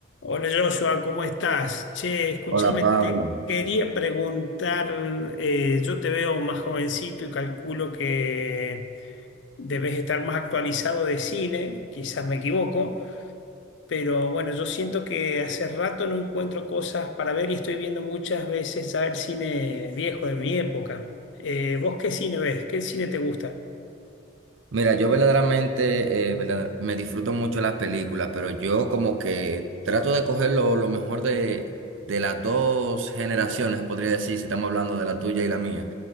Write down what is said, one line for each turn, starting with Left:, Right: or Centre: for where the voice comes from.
Left: Hola Joshua, ¿cómo estás? Che, escúchame,
Right: Hola Pablo.
Left: te quería preguntar, eh, yo te veo más jovencito y calculo que debes estar más actualizado de cine, quizás me equivoco, pero bueno, yo siento que hace rato no encuentro cosas para ver y estoy viendo muchas veces ya el cine viejo de mi época. Eh, ¿vos qué cine ves? ¿Qué cine te gusta?
Right: Mira, yo verdaderamente eh, verdad- me disfruto mucho las películas, pero yo como que trato de coger lo, lo mejor de, de las dos generaciones, podría decir, si estamos hablando de la tuya y la mía.